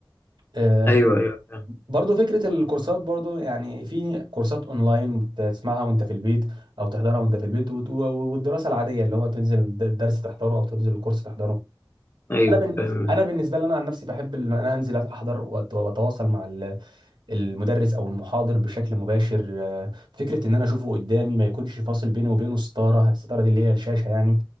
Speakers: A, on the right; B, on the left.
A: آه،
B: ايوه ايوه فاهم.
A: برضو فكرة الكورسات برضو يعني في كورسات اونلاين بتسمعها وانت في البيت او تحضرها وانت في البيت وت- و- والدراسة العادية اللي هو تنزل الد- الدرس تحضره او تنزل الكورس تحضره
B: ايوه
A: انا بن...
B: فاهم.
A: انا بالنسبة لي انا عن نفسي بحب ان انا انزل احضر وأت- واتواصل مع ال... المدرس او المحاضر بشكل مباشر آه، فكره ان انا اشوفه قدامي ما يكونش فاصل بيني وبينه ستاره الستاره دي اللي هي الشاشه يعني